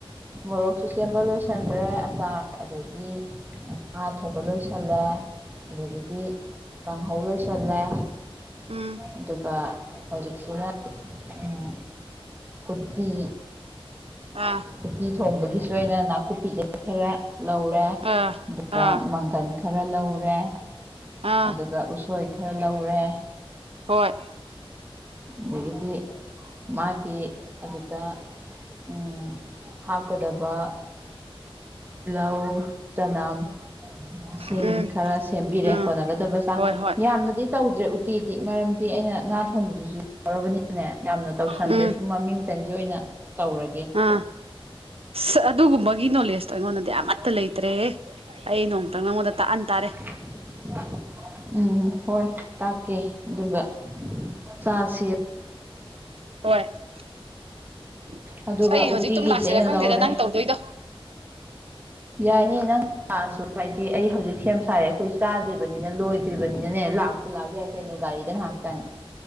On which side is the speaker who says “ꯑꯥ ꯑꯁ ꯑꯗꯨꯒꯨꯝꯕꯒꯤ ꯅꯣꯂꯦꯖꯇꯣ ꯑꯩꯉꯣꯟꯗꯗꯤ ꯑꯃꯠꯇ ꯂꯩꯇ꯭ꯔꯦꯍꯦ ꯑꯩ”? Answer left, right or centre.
Right